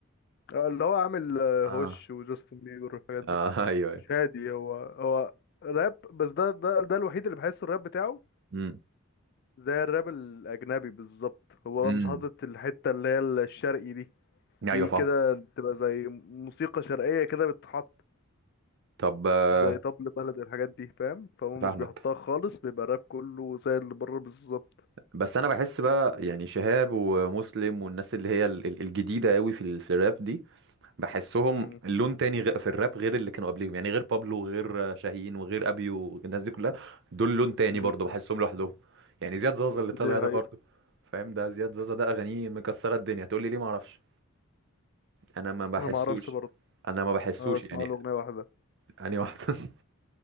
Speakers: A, on the left; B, on the right.
A: آه، اللي هو عامل آه،
B: اه
A: هوش وجاستن بيبر والحاجات دي
B: اه <laughs> ايوه ايوه
A: مش هادي هو هو راب بس ده ده ده الوحيد اللي بحسه الراب بتاعه
B: امم
A: زي الراب الأجنبي بالظبط هو بقى
B: امم
A: مش حاطط الحتة اللي هي الشرقي دي في
B: ايوه فاهم
A: كده بتبقى زي موسيقى شرقية كده بتتحط
B: طب آه،
A: زي طبل بلد الحاجات دي فاهم فهو مش
B: فاهمك
A: بيحطها خالص بيبقى الراب كله زي اللي بره بالظبط
B: بس انا بحس بقى يعني شهاب ومسلم والناس اللي هي ال- ال- الجديده قوي في ال- في الراب دي بحسهم
A: امم
B: لون تاني غ- في الراب غير اللي كانوا قبليهم يعني غير بابلو وغير آه، شاهين وغير ابيو والناس دي كلها دول لون تاني
A: بالظبط
B: برضه بحسهم لوحدهم يعني زياد زازا اللي طالع
A: دي
B: ده
A: حقيقة
B: برضه فاهم ده زياد زازا ده اغانيه مكسره الدنيا تقول لي ليه ما اعرفش انا ما بحسوش
A: أنا ما أعرفش برضه
B: انا ما بحسوش
A: أنا بسمع
B: يعني
A: له أغنية واحدة
B: اني واحد <laughs>